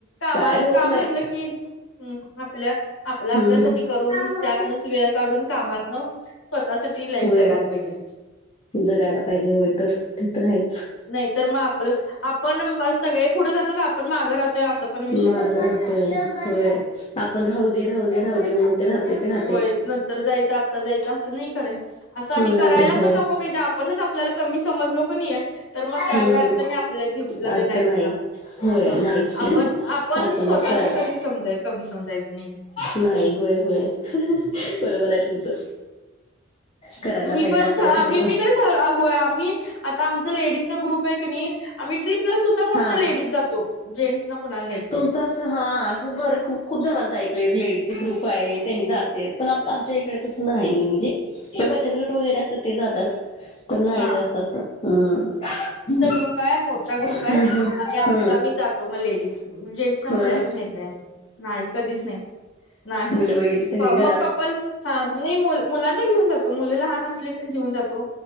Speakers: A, on the left; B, on the left.
A: कामा
B: काय होत
A: काम
B: नाही
A: म्हणलं की हम् आपल्या आपल्या
B: हम्म
A: आपल्यासाठी करून त्यातनच वेळ काढून कामातन स्वतःसाठी लाईफ
B: होय
A: जगायला पाहिजे
B: जगायला पाहिजे होय तर ते तर आहेच
A: नाहीत मग आपलं आपण सगळे पुढे जातात आपण माघं राहतोय असं पण विषय
B: माग
A: होतोय
B: राहतोय
A: मग
B: होय आपण राहू दे राह दे राहू दे म्हणून ते राहतोय ते रा
A: होय नंतर जायचं आत्ता जायचं असं नाही कय असं आणि
B: नाही
A: करायला
B: होय
A: पण नको पाहिजे आपणच आपल्याला कमी समजलो क नाही आहे तर मग
B: हम्म
A: काही अर्थ नाही आपल्या जिवला
B: अर्थ
A: लाईफला
B: नाही होय
A: ह
B: नाहीच की
A: आपण पण
B: आपणच
A: स्वतःलाच
B: करायला
A: कधीच समजाय कमी समजायचं नाहीय
B: नाही होय होय बरोबर आहे तुमचं करायला
A: मी
B: पाहिजे
A: पण
B: आपल्यासाठी
A: आम्ही
B: पण
A: मी तर होय आम्ही आता आमच लेडीजचा ग्रुप आहे का नाही आम्ही, ट्रीपला सुद्धा फक्त
B: हा
A: लेडीज जातो जेंट्सना कोणाला नेत नाही
B: तुमचं असं हा असं बर खूप खूप जणांचं ऐकलं लेडीज चे ग्रुप आहे त्यांनी जाते पण आमच्या इकडे नाही म्हणजे हे बचत गट वगैरे असत ते जातात तरण नाही
A: हां,
B: जास्त असं हम्म
A: खूप मोठा ग्रुप
B: हम्म
A: आहे
B: हम्म
A: आम्ही आमचा
B: हम्म
A: मी जातो मग लेडीज जेंट्स ना
B: होय
A: कोुणालाच नेत नाही नाही कधीच नाही नाही.
B: मुलं वगैरे सगळी
A: प
B: घरात
A: मग कपल, हा नाही मुल, मुलांना घेऊन जातो. मुली लहान असले तर घेऊन जातो.